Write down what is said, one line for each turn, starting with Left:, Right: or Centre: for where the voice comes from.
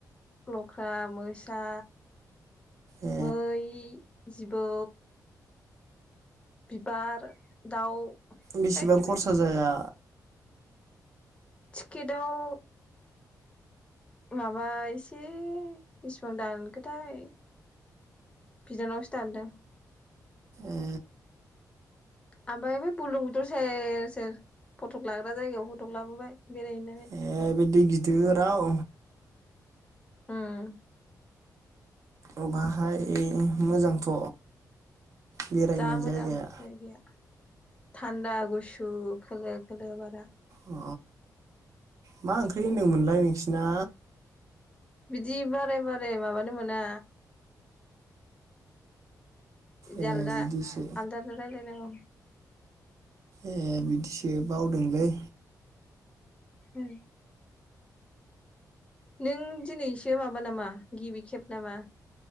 Left: लख्रा, मोसा,
Right: ए
Left: मै, जिबौ, बिबार, दाउ,
Right: बेसेबां
Left: बायदि
Right: खरसा
Left: बायदि
Right: जाया?
Left: थिकेडाव माबा एसे बिसिबां दानखोथाय बिनानावसो दानदों।
Right: ए
Left: ओमफ्राय बे बुरलुंबुथुर सेर सेर फटक लाग्रा जायगायाव फटक लाबोबाय। बेरायहैनानै
Right: ए बै दै गिदिराव,
Left: ओम
Right: अ बाहाय मोजांथ' बेरायनो
Left: जा मोजां
Right: जायगाया
Left: जायगाया, थान्दा गुसु खोलो खोलो बारा,
Right: अ मा ओंख्रि होनदोंमोनलाय नोंसिना?
Left: बिदि बारे बारे माबानो मोना,
Right: ए
Left: जालदा
Right: बिदिसो
Left: आलदा आलदा रायलाय नांगौ।
Right: ए बिदिसो बावदोंलै
Left: ओम नों दिनैसो माबा नामा गिबि खेब नामा?